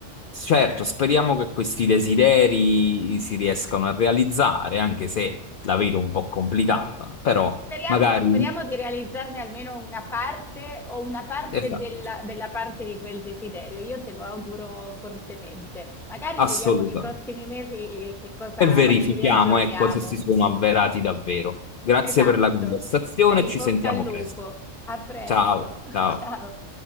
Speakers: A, on the left; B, in the centre.
A: certo, speriamo che questi desideri si riescano a realizzare, anche se la vedo un po' complicata, però
B: Speriamo
A: magari,
B: speriamo di realizzarne almeno una parte o una parte
A: esatto,
B: della della parte di quel desiderio. Io te lo auguro fortemente. Magari
A: assolutamente.
B: vediamo nei prossimi mesi, eh, che cosa
A: E verifichiamo,
B: ci riaggiorniamo.
A: ecco, se si sono avverati davvero. Grazie
B: Esatto.
A: per la conversazione,
B: In
A: ci
B: bocca
A: sentiamo
B: al lupo.
A: presto.
B: A presto.
A: Ciao,
B: <laughs>
A: ciao.
B: Ciao.